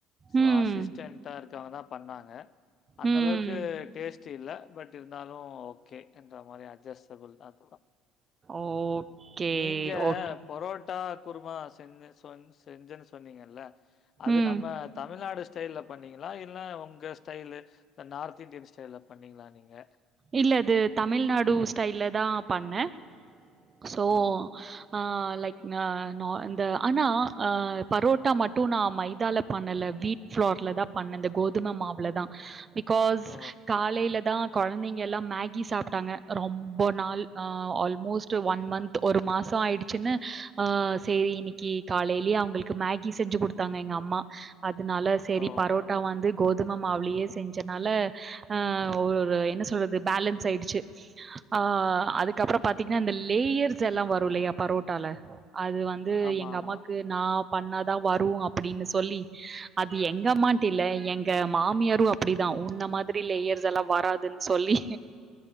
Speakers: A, on the left; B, on the right.
A: சோ
B: ம் ம்
A: அசிஸ்டன்ட் தா இருக்கவங்கதா பண்ணாங்க அந்தளவுக்கு
B: ம்
A: டேஸ்ட் ட் இல்ல பட் இருந்தாலு ஓகே என்ற மாரி அட்ஜஸ்டபிள் அதுதா
B: ஓகே.
A: நீங்க
B: ஓகே.
A: பரோட்டா குருமா செஞ்ச சொன் செஞ்சன் சொன்னீங்கல அது
B: ம்.
A: நம்ம தமிழ்நாடு ஸ் ஸ்டைல்ல பண்ணீங்களா இல்ல உங்க ஸ்டைலு இந்த நார்த் இந்தியன் ஸ்டைல்ல பண்ணீங்களா நீங்க
B: இல்ல அது தமிழ்நாடு ஸ்டைல்ல தா பண்ண சோ
A: ம்.
B: ஆ லைக் இந்த ஆனா பரோட்டா மட்டு நா மைதால பண்ணல வீட் புளோர்லதா பண்ண இந்த கோதும மாவுலதா பிகாஸ்
A: ஓ!
B: காலைல தா கொழந்தைங்கலா மேகி சாப்டாங்க ரொம்ப நாள் ஆல்மோஸ்ட் ஒன் மந்த ஒரு மாசொ ஆயிடுச்சுனு ஆ செரி இன்னிக்கு காலைலியே அவங்களுக்கு மேகி செஞ்சு குடுத்து தாங்க எங்க அம்மா அதனால சரி
A: ஓ!
B: பரோட்டா வந்து கோதும மாவுலயே செஞ்சனால ஆ ஒரு என்ன சொல்றது பேலன்ஸ் ஆயிடுச்சு ஆ அதுக்கப்றொ பாத்தீங்கனா இந்த லேயர்ஸ் எல்லா வரு இல்லையா பரோட்டால அது வந் து
A: ஆமா,
B: எங்க
A: ஆமா.
B: அம்மாக்கு நா பண்ணாதா வரு அப்டினு சொல்லி அது எங்க அம்மான்ட்ட இல்ல எங்க மாமியாரு அப்டிதா உன்ன மாதிரி லேயர் இதெல்லா வராதுன் சொல்லி